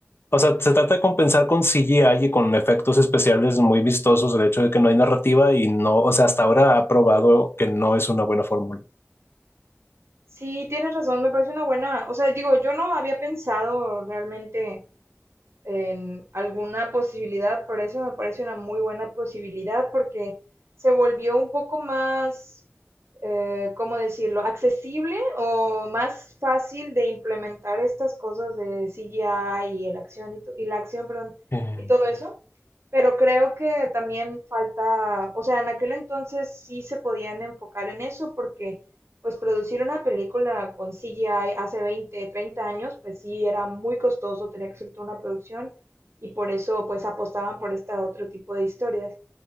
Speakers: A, on the left; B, on the right.
A: o sea, se trata de compensar con CGI y con efectos especiales muy vistosos el hecho de que no hay narrativa y no, o sea, hasta ahora ha probado que no es una buena fórmula.
B: Sí, tienes razón, me parece una buena, o sea, digo, yo no había pensado realmente en alguna posibilidad, pero eso me parece una muy buena posibilidad porque se volvió un poco más, eh, ¿cómo decirlo?, accesible o más fácil de implementar estas cosas de CGI y, el acción y, to- y la acción, perdón,
A: Eh,
B: y todo eso. Pero creo que también falta, o sea, en aquel entonces sí se podían enfocar en eso porque pues producir una película con CGI hace 20, 30 años, pues sí era muy costoso, tenía que ser toda una producción y por eso pues apostaban por este otro tipo de historias.